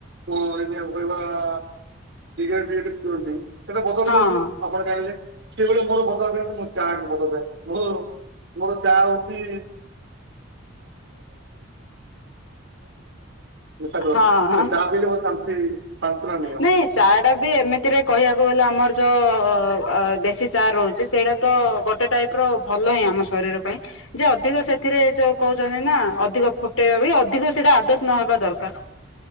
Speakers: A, on the right; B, on the left.
A: କୋ ଏଇନିଆ ହୋଇବା ସିଗାରେଟ ଫିଗାରେଟ୍ ପିଅନ୍ତି। ଏତ ବଦ ଅଭ୍ୟାସ
B: ହଁ
A: ଆପଣ ଜାଣିଲେ। ସେଭଳିଆ ମୋର ବଦଅଭ୍ୟାସ ମୋ ଚା ହିଁ ବଦଅଭ୍ୟାସ। ମୋର ମୋର ଚା ଆଉ <unintelligible> <unintelligible> ନିଶା ଦ୍ରବ୍ୟ।
B: ହଁ ହଁ
A: ଚା ପିଇଲେ ମତେ ଶାନ୍ତି, <unintelligible>
B: ନାଇଁ ଚା ଟା ବି ଏମିତିରେ କହିଆକୁ ଗଲେ ଆମର ଯଉ-ଉ ଦେଶୀ ଚା ରହୁଛି, ସେଇଟା ତ ଗୋଟେ ଟାଇପ୍ ର ଭଲ ହିଁ ଆମ ଶରୀର ପାଇଁ। ଯ ଅଧିକ ସେଥିରେ ଯୋଉ କହୁଛନ୍ତି ନା, ଅଧିକ ଫୁଟେଇବା ବି ଅଧ ତିକ ସେଇଟା ଆଦତ ନହେବା ଦରକାର!